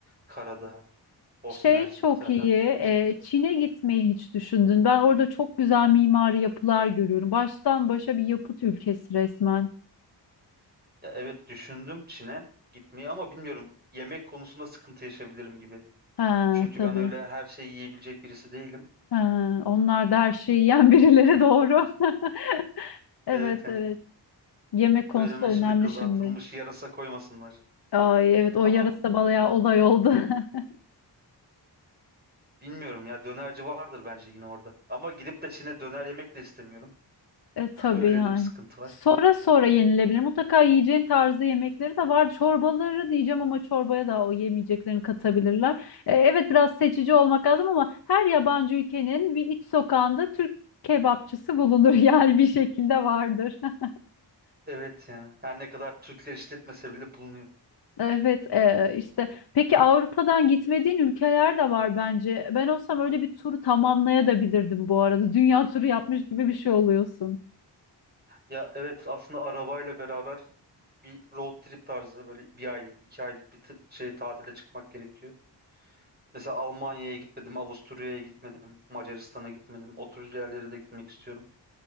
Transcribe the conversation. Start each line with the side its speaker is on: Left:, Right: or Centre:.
Right: Karadağ, Bosna
Left: Şey
Right: Hersek
Left: çok
Right: zaten
Left: iyi.
Right: bittiği için.
Left: e, Çin'e gitmeyi hiç düşündün. Ben orada çok güzel mimari yapılar görüyorum. Baştan başa bir yapıt ülkesi resmen.
Right: Ya evet düşündüm Çin'e gitmeyi ama bilmiyorum yemek konusunda sıkıntı yaşayabilirim gibi.
Left: Ha
Right: Çünkü
Left: tabii.
Right: ben öyle her şeyi yiyebilecek birisi değilim.
Left: Ha, onlar da her şeyi yiyen birileri doğru. <laughs> Evet
Right: Evet yani
Left: evet. Yemek konusu
Right: Önüme
Left: önemli
Right: şimdi kızartılmış
Left: şimdi.
Right: yarasa koymasınlar.
Left: Ay evet o
Right: Ama
Left: yarasa bayağı olay oldu. <laughs>
Right: bilmiyorum ya dönerci vardır bence yine orada. Ama gidip de Çin'e döner yemek de istemiyorum.
Left: E tabii
Right: <laughs> Öyle
Left: yani.
Right: de bir sıkıntı var.
Left: Sonra sonra yenilebilir. Mutlaka yiyeceğin tarzı yemekleri de var. Çorbaları diyeceğim ama çorbaya da o yemeyeceklerini katabilirler. E, evet biraz seçici olmak lazım ama her yabancı ülkenin bir iç sokağında Türk kebapçısı bulunur <laughs> yani bir şekilde vardır. <laughs>
Right: Evet ya. Her ne kadar Türkler işletmese bile bulunuyor.
Left: Evet e, işte peki Avrupa'dan gitmediğin ülkeler de var bence. Ben olsam öyle bir turu tamamlayabilirdim bu arada. Dünya turu yapmış gibi bir şey oluyorsun.
Right: Ya evet aslında arabayla beraber bir road trip tarzı böyle bir aylık iki aylık bir t- şey tatile çıkmak gerekiyor. Mesela Almanya'ya gitmedim, Avusturya'ya gitmedim, Macaristan'a gitmedim. O tür yerlere de gitmek istiyorum.